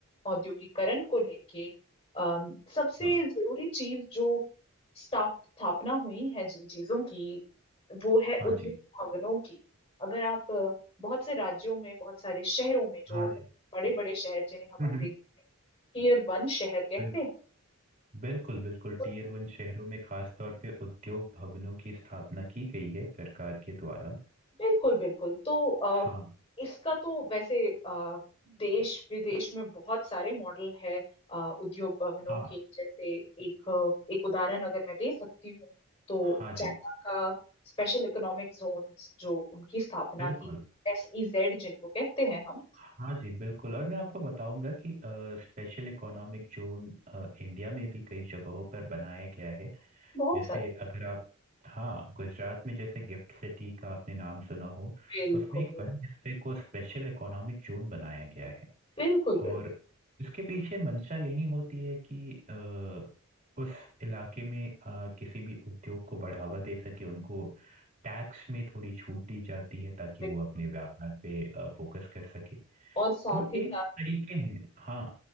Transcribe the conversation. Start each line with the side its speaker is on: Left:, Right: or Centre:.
Left: औद्योगिकरण को लेके अम, सबसे
Right: हाँ
Left: जरूरी चीज जो स्था- स्थापना हुई है जिन चीजों की वो है
Right: हाँ
Left: उद्योग
Right: जी
Left: भवनों की अगर आप अ, बहुत से राज्यों में बहुत सारे शहरों में जो
Right: हाँ जी
Left: बड़े बड़े शहर जिन्हें हम
Right: हम्म,
Left: अंग्रेजी में टीयर वन शहर कहते
Right: बिल,
Left: हैं
Right: बिल्कुल बिल्कुल
Left: तो
Right: टीयर वन शहरों में खास तौर पे उद्योग भवनों की स्थापना की गई है सरकार के द्वारा
Left: बिल्कुल बिल्कुल तो
Right: हाँ
Left: इसका तो वैसे अ, देश विदेश में बहुत सारे मॉडल है अ, उद्योग भवनों
Right: हाँ
Left: के जैसे एक अ, एक उदाहरण अगर मैं दे सकती हूँ तो
Right: हाँ जी
Left: चाइना का स्पेशल इकोनॉमिक जोन जो उनकी स्थापना
Right: बिल्कुल
Left: थी एसईजेड जिनको कहते हैं हम
Right: हाँ जी बिल्कुल और मैं आपको बताऊंगा कि स्पेशल इकोनॉमिक जोन इंडिया में भी कई जगहों पर बनाया गया है
Left: बहुत
Right: जैसे
Left: सारे
Right: अगर आप हाँ गुजरात में जैसे गिफ्ट सिटी का आपने नाम सुना हो
Left: बिल्कुल
Right: तो उसमें एक बड़े हिस्से को स्पेशल इकोनॉमिक जोन बनाया गया है
Left: बिल्कुल
Right: और
Left: बिल्कुल
Right: इसके पीछे मंशा यही होती है कि अ, उस इलाके में अ, किसी भी उद्योग को बढ़ावा दे सके उनको टैक्स में थोड़ी छूट दी जाती है ताकि
Left: बिल्कुल।
Right: वो अपने व्यापार पे फोकस कर सके
Left: और साथ
Right: तो
Left: ही
Right: ये
Left: साथ
Right: सब तरीके हैं हाँ